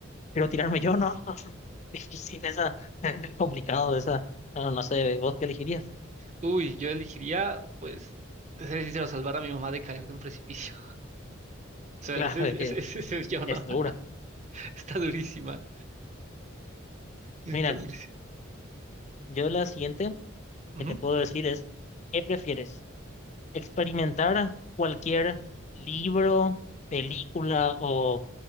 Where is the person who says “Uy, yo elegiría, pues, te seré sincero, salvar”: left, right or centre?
Right